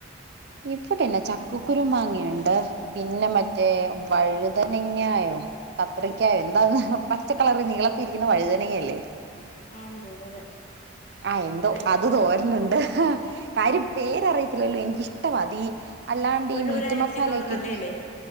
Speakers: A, on the right; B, on the left.
A: ഇപ്പടെന്നെ ചക്കക്കുരു മാങ്ങയുണ്ട് പിന്നെ മറ്റേ
B: ആ
A: വഴുതനങ്ങായോ കത്രക്കായോ എന്താന്ന് പച്ചക്കളറി നീളത്തിരിക്കുന്ന വഴുതന അല്ലേ
B: ആണെന്ന് തോന്നുന്നു അതെ
A: ആഹ് എന്തോ
B: അതെ അതെ
A: അത് തോരനുണ്ട് കാര്യം പേരറിയത്തില്ലല്ലോ എനിക്കിഷ്ടമാതീ അല്ലാണ്ട്ഈ
B: മുഴുവഴായിരിക്കുന്നോണ്ട്
A: മീറ്റ് മസാലയക്കെ
B: നല്ലയല്ലേ
A: ഇട്ട്